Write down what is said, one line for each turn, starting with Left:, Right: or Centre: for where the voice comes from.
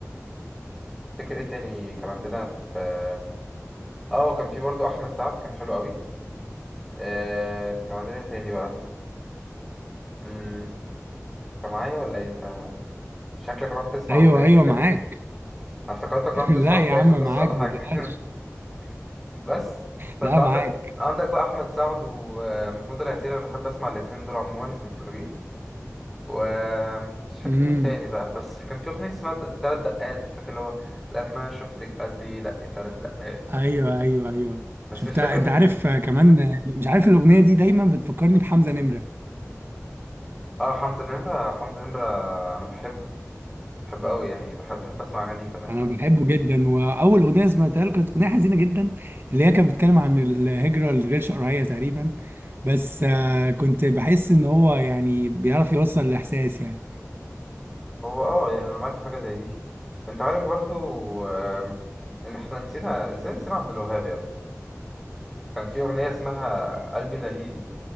Centre: افتكر إيه تاني كان عندنا في آه آه، وكان في برضه أحمد سعد كان حلو قوي آه، كان عندنا إيه تاني بقى مم، أنت معايا ولا إيه أنت شكلك رحت تسمع
Right: أيوه
Centre: أغنية
Right: أيوه
Centre: مش كده؟
Right: معاك
Centre: أنا افتكرتك رحت
Right: <laughs>
Centre: تسمع
Right: لا
Centre: أغنية
Right: يا عم
Centre: في النص
Right: معاك
Centre: ولا حاجة
Right: ما تقلقش
Centre: <laughs> بس فأنت
Right: لا
Centre: عندك
Right: معاك
Centre: عندك بقى أحمد سعد ومحمود العسيلي أنا بحب أسمع الاتنين دول عموما بيبقوا حلوين ومش فاكر
Right: امم
Centre: مين تاني بقى بس كان في أغنية اسمها د- تلات دقات فاكر اللي هو لما شفتك قلبي دق تلات دقات
Right: ايوه ايوه ايوه
Centre: بس
Right: شفتها
Centre: مش فاكر
Right: انت عارف آه، كمان آه، مش عارف الاغنيه دي دايما بتفكرني بحمزه نمره
Centre: اه حمزة نمرة حمزة نمرة أنا بحبه بحبه أوي يعني بحب, بحب أسمع أغانيه كمان
Right: انا بحبه جدا واول اغنيه سمعتها له كانت اغنيه حزينه جدا اللي هي كانت بتتكلم عن الهجره الغير شرعيه تقريبا بس آه، كنت بحس ان هو يعني بيعرف يوصل الاحساس يعني
Centre: هو اه يعني أنا معاك في حاجة زي دي أنت عارف برضو آم، إن إحنا نسينا إزاي نسينا عبد الوهاب يا ابني كان في أغنية اسمها قلبي دليلي